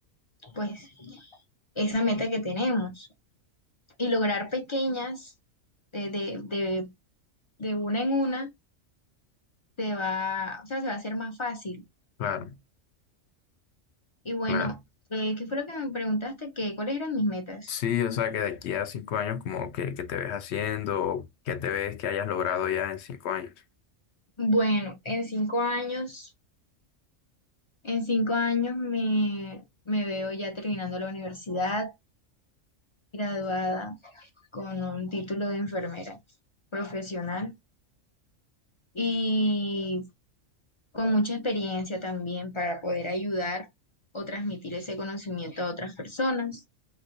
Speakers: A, on the left (about 35°); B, on the left (about 65°).
A: pues esa meta que tenemos. Y lograr pequeñas de, de, de, de una en una se va, o sea, se va a hacer más fácil.
B: Claro,
A: Y bueno,
B: claro.
A: eh, ¿qué fue lo que me preguntaste? ¿Qué, cuáles eran mis metas?
B: Sí, o sea, que de aquí a cinco años, como que, que te ves haciendo, o qué te ves que hayas logrado ya en cinco años.
A: Bueno, en cinco años, en cinco años me, me veo ya terminando la universidad, graduada con un título de enfermera profesional y con mucha experiencia también para poder ayudar o transmitir ese conocimiento a otras personas.